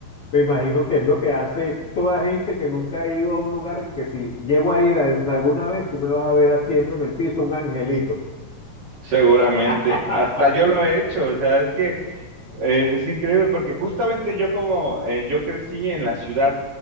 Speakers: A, on the left (about 45°); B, on the right (about 50°).
A: me imagino que es lo que hace toda gente que nunca ha ido a un lugar que si llego a ir al- alguna vez, tú me vas a ver haciendo en el piso un angelito.
B: Seguramente,
A: <laughs>
B: hasta yo lo he hecho, o sea, es que eh, es increíble porque justamente yo como eh, yo crecí en la Ciudad